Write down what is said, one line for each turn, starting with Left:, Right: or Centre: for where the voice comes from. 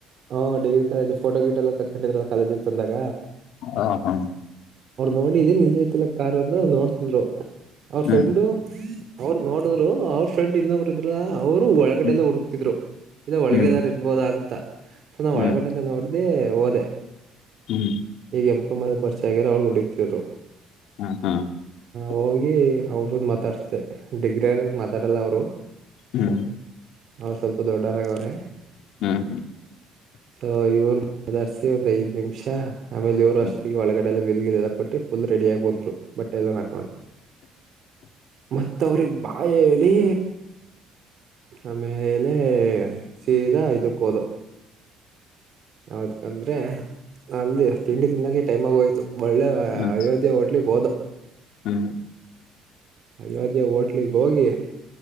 Right: ಹ <inaudible> ಫೋಟೋ ಗೀಟ್ ಎಲ್ಲ ತಕೊಂಡಿದರಲ್ಲ ಕಾಲೇಜ ತಂದಾಗ
Left: ಹ ಹಾ
Right: ನೋಡಿದ ನಿಲ್ ಐತಿಲ್ಲ ಕಾರ್ ಅಲ್ಲ ನೋಡ್ತಿದ್ರು ಅವ್ರ
Left: ಹ್ಮ್
Right: ಫ್ರೆಂಡು ಅವರು ನೋಡಿದ್ರು ಅವ ಫ್ರೆಂಡ್ ಇನ್ನೊಬ್ಬರು ಇದ್ರು ಅವರು ಒಳಗಡೆ
Left: ಹ್ಮ್
Right: ಎಲ್ಲ ಹುಡುಕ್ತಿದ್ರು ಇದ ಒಳಗದಾರ
Left: ಹ್ಮ್
Right: ಇರ್ಬೋದಾ ಅಂತ <unintelligible> ನ
Left: ಹ್ಮ್
Right: ಒಳಗಡೆದ ನೋ ಅದೇ ಹೋದೆ
Left: ಹ್ಮ್ <inaudible>
Right: ಎಂಪ <unintelligible> ಮ್ಮದ ಪರಿಚ ಆಗ್ಯಾರ ಅವ್ರು ಹೊಡಿತಿದ್ರು
Left: ಹ್ಮ್ ಹ್ಮ್ <inaudible> <inaudible>
Right: ಹೋಗಿ ಅವುರ್ಣ ಮಾತಾಡ್ಸ್ತೆ ಡಿಗರ ಮಾತಾಡಲ್ಲ ಅವರು
Left: ಹ್ಮ್
Right: ಅವ್ರ ಸ್ವಲ್ಪ ದೊಡ್ಡರಾಗವರೆ ದೊಡ್ಡವರಾಗವ್ರೆ
Left: ಹ್ಮ್
Right: ಸೊ ಇವರು ಅದಾರ್ಸಿ ಒಂದ್ ಐದ್ ನಿಮಿಷ ಆಮೇಲೆ ಅವರು
Left: ಹ್ಮ್
Right: ಅಷ್ಟೊತ್ತಿಗೆ ಒಳಗಡೆ ವಿಲ್ ಗಿಲ್ ಎಲ್ಲ ಕೊಟ್ಟಿ ಫುಲ್ ರೆಡಿಯಾಗಿ ಹೋದ್ರು ಬಟ್ಟೆ ಎಲ್ಲ ಹಾಕೊಂಡು ಮತ್ತ ಮತ್ತೆ ಅವರಿಗ್ ಬಾಯ್ ಹೇಳಿ ಆಮೇಲೆ ಸೀದಾ ಇದಕ್ ಹೋದ ಯಾವದಕಂದ್ರೆ ಅಲ್ಲಿ ತಿಂಡಿ ತಿಂದಂಗೆ ಟೈಮ್ ಆಗೋಯ್ತು ಒಳ್ಳೆ
Left: ಹ್ಮ್
Right: ಅಯೋಧ್ಯೆ ಹಟ್ಲಿಕ್ ಹೋದ <inaudible>
Left: ಹ್ಮ್. <inaudible>
Right: ಅಯೋಧ್ಯ ಹೋಟ್ಲಿಗ್ ಹೋಗಿ.